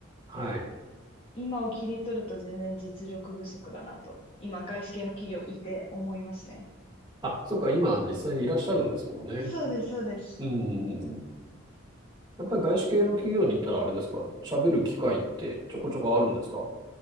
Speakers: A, on the right; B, on the left.
A: はい。
B: 今を切り取ると全然実力不足だなと、今外資系の企業いて思いますね。
A: あ、そうか、今実際にいらっしゃるんですもんね。
B: そうです、そうです。
A: うん。やっぱり外資系の企業に行ったらあれですか、喋る機会ってちょこちょこあるんですか